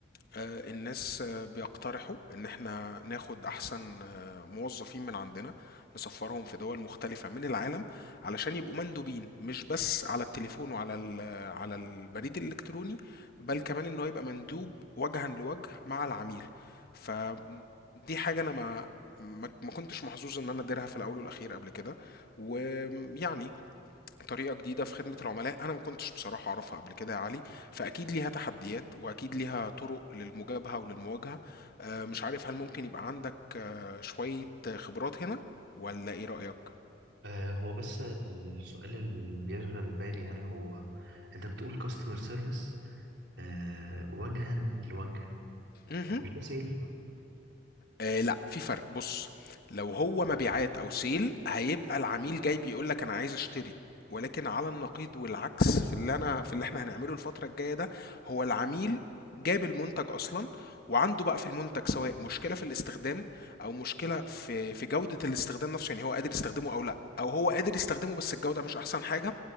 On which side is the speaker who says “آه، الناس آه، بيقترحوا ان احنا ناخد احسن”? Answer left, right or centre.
Left